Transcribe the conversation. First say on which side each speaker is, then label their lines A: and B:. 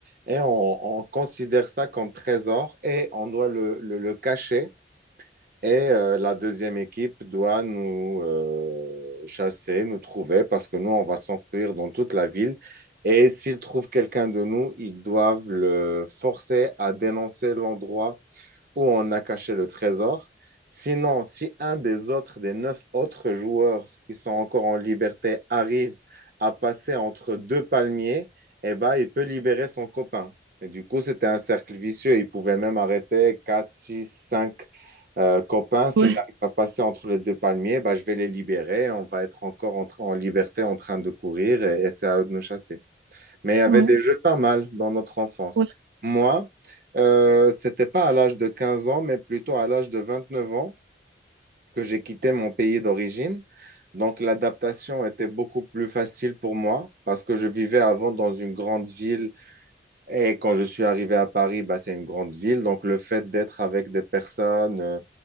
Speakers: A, on the right (about 50°); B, on the right (about 80°).
A: Et on, on considère ça comme trésor et on doit le le- le cacher et euh, la deuxième équipe doit nous euh, chasser, nous trouver, parce que nous, on va s'enfuir dans toute la ville. Et s'ils trouvent quelqu'un de nous, ils doivent le forcer à dénoncer l'endroit où on a caché le trésor. Sinon, si un des autres, des neuf autres joueurs qui sont encore en liberté arrive à passer entre deux palmiers, eh ben, il peut libérer son copain. Et du coup, c'était un cercle vicieux. Il pouvait même arrêter 4, 6, 5 euh, copains. Si
B: ouais,
A: j'arrive à passer entre les deux palmiers, ben, je vais les libérer. On va être encore en, tra- en liberté en train de courir et, et c'est à eux de nous chasser. Mais il y avait
B: ouais.
A: des jeux pas mal dans notre enfance.
B: Ouais,
A: Moi, euh, c'était pas à l'âge de 15 ans, mais plutôt à l'âge de 29 ans que j'ai quitté mon pays d'origine. Donc l'adaptation était beaucoup plus facile pour moi parce que je vivais avant dans une grande ville et quand je suis arrivé à Paris, bah, c'est une grande ville. Donc, le fait d'être avec des personnes euh,